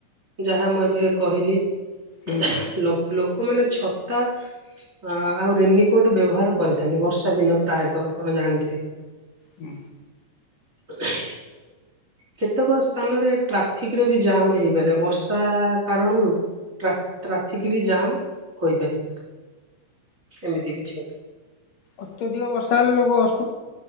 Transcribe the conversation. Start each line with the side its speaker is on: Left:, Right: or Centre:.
Right: ଯାହା ମୁଁ ଏବେ କହିଲି
Left: ହୁଁ
Right: ଲୋକ ଲୋକ ଲୋକମାନେ ଛତା ଆଉ ରେନିକୋଟ ବ୍ୟବହାର କରିଥାନ୍ତି ବର୍ଷ ଷା ଦିନ ପ୍ରାୟତଃ ଆପଣ ଜାଣିଥିବେ
Left: ହୁଁ।
Right: <inaudible> କେତେକ ସ୍ଥାନରେ ଟ୍ରାଫିକରେ ବି ଜାମ ହେଇପାରେ ବର୍ଷା କାରଣରୁ ଟ୍ରା ଟ୍ରାଫିକ ବି ଜାମ ହୋଇପାରି ଏମିତି କିଛି
Left: ଅତ୍ୟଧିକ ବର୍ଷା ହେଲେ ଲୋକ ବ୍ୟ